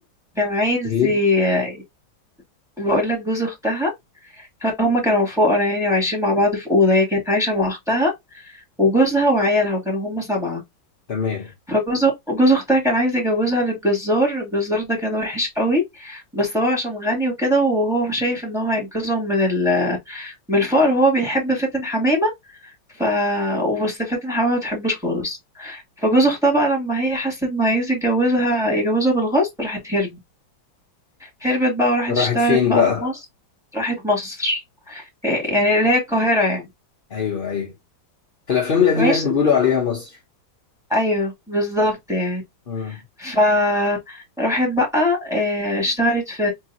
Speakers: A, in the centre; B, on the left.
A: كان عايز
B: ايه
A: ي- بقول لك جوز اختها ه- هما كانوا فقراء يعني وعايشين مع بعض في اوضه هي كانت عايشه مع اختها وجوزها وعيالها وكانوا هما سبعه
B: تمام
A: فجوز جوز اختها كان عايز يجوزها للجزار الجزار ده كان وحش قوي بس هو عشان غني وكده وهو شايف ان هو هينقذهم من ال... من الفقر وهو بيحب فاتن حمامه ف بس فاتن حمامه ما تحبوش خالص فجوز اختها بقى لما هي حست انه عايز يتجوزها يجوزها بالغصب راحت هربت هربت بقى وراحت
B: راحت
A: اشتغلت
B: فين
A: بقى
B: بقى
A: في مصر راحت مصر إيه
B: تمام
A: يعني اللي هي القاهرة يعني
B: ايوه ايوه في الافلام القديمه
A: ماشي
B: كانوا بيقولوا عليها مصر
A: ايوه بالظبط يعني
B: مم.
A: ف راحت بقى إيه، اشتغلت في